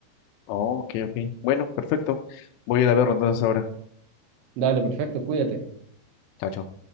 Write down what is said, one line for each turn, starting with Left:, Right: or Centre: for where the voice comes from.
Left: Oh, ok, ok. Bueno, perfecto. Voy a ir a verlo entonces ahora.
Right: Dale, perfecto, cuídate.
Left: Chao, chao.